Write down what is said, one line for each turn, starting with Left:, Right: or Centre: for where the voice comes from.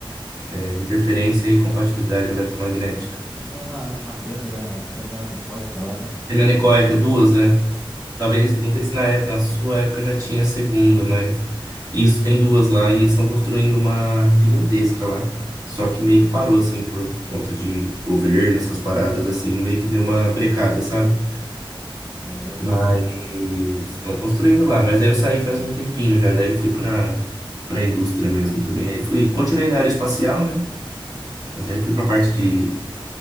Right: é, interferência e compatibilidade eletromagnética.
Centre: tinha uma, uma câmera, câmera anecoica lá, né?
Right: Semianecóica, duas, né? Talvez, não sei se na, ép- na sua época já tinha a segunda, mas isso tem duas lá e eles estão construindo uma gigantesca lá. Só que meio que parou, assim, por conta de governo, essas paradas assim, meio que deu uma brecada, sabe?
Centre: É, o,
Right: Mas estão construindo lá. Mas aí eu saí faz um tempinho já, daí eu fui pra, pra indústria mesmo também. Aí fui, continuei na aeroespacial, né? Mas aí eu fui pra parte de.